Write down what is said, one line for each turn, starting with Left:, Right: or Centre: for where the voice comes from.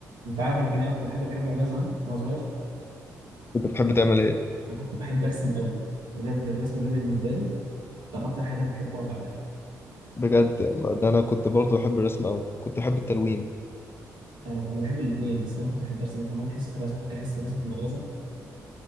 Right: انت عارف انا كان ايه اكتر حاجه بحب اعملها زمان وانا صغير
Left: كنت بتحب تعمل ايه
Right: انا كنت بحب ارسم قوي بجد الرسم ده بالنسبه لي كان اكتر حاجه انا بحب اقعد اعملها
Left: بجد يلا ده انا كنت برضه بحب الرسم اوي كنت بحب التلوين
Right: انا انا بحب الاثنين بس انا كنت بحب ارسم كمان حصه الرسم فاكر حصه الرسم في المدرسه